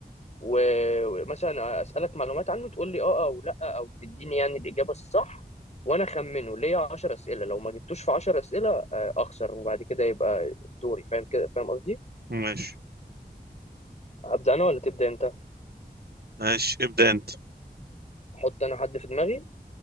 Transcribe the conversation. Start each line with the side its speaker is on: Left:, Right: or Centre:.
Left: و- ومثلا اسالك معلومات عنه تقول لي اه او لا او تديني يعني الاجابه الصح وانا اخمنه ليا 10 اسئله لو ما جبتوش في 10 اسئله آه، اخسر وبعد كده يبقى دوري فاهم كده فاهم قصدي
Right: ماشي
Left: ابدا انا ولا تبدا انت
Right: ماشي ابدأ انت
Left: احط انا حد في دماغي